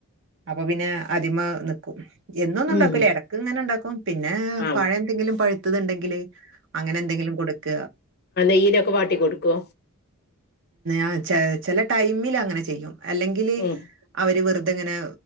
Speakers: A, on the right (about 55°); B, on the left (about 45°).
A: അപ്പൊ പിന്നെ അതിമ്മേ നിക്കും എന്നൊന്നും ഉണ്ടാക്കൂല
B: ഉം
A: ഇടക്ക് ഇങ്ങനെ ഉണ്ടാക്കും പിന്നെ
B: ആ
A: പഴം എന്തെങ്കിലും പഴുത്തത് ഉണ്ടെങ്കില് അങ്ങനെ എന്തെങ്കിലും കൊട്ക്ക
B: <unintelligible> ക്കെ വാട്ടി കൊടുക്കോ
A: ആഹ് ചില ടൈമിൽ അങ്ങനെ ചെയ്യും അല്ലെങ്കില്
B: ഉം
A: അവര് വെറുതെ ഇങ്ങനെ